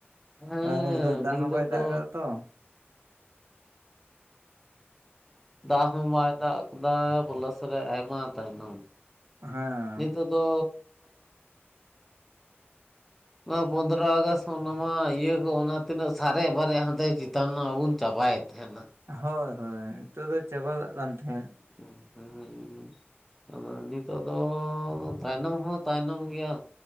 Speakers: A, in the centre; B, on the right.
A: ᱦᱮᱸ
B: ᱟᱨ ᱱᱮᱥ ᱫᱚ ᱫᱟᱜ
A: ᱱᱤᱛᱚᱜ
B: ᱦᱚᱸ ᱵᱟᱭ
A: ᱫᱚ
B: ᱫᱟᱜ ᱠᱟᱫᱟ ᱛᱚ᱾
A: ᱫᱟᱜ ᱦᱚᱸ ᱵᱟᱭ ᱫᱟᱜ ᱟᱠᱟᱫᱟ <unintelligible> ᱨᱮ ᱟᱭᱢᱟ ᱛᱟᱭᱱᱚᱢ᱾
B: ᱦᱮᱸ᱾
A: ᱱᱩᱛᱚᱜ ᱫᱚᱻ ᱱᱚᱣᱟ ᱯᱚᱸᱫᱽᱨᱟ ᱟᱜᱚᱥᱴ ᱚᱱᱟ ᱢᱟ ᱤᱭᱟᱹ ᱠᱚ ᱚᱱᱟ ᱛᱤᱱᱟᱹᱜ ᱥᱟᱨᱮᱜ ᱵᱟᱨᱮᱜ ᱦᱟᱱᱛᱮ ᱪᱮᱛᱟᱱ ᱢᱟ ᱵᱚᱱ ᱪᱟᱵᱟᱭᱮᱫ ᱛᱟᱦᱮᱸᱱᱟ᱾
B: ᱦᱳᱭ ᱦᱳᱭ ᱱᱤᱛᱚᱜ ᱫᱚ ᱪᱟᱵᱟ ᱠᱟᱜ ᱠᱟᱱ ᱛᱟᱦᱮᱸᱫ᱾
A: <inaudible> ᱟᱵᱟᱨ ᱱᱤᱛᱚᱜ ᱫᱚ ᱛᱟᱭᱱᱚᱢ ᱦᱚᱸ ᱛᱟᱭᱱᱚᱢ ᱜᱮᱭᱟ᱾